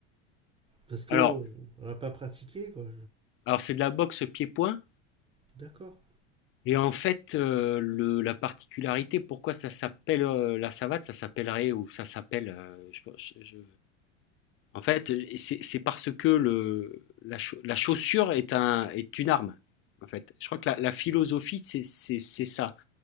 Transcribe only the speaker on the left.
Alors,
alors c'est de la boxe pied-point.
Et en fait, euh, le- la particularité, pourquoi ça s'appelle euh, la savate, ça s'appellerait ou ça s'appelle. euh, je- je- je- En fait, euh, c'est c'est parce que le, la, chau- la chaussure est, un, est une arme. En fait, je crois que la, la philosophie, c'est c'est- c'est ça.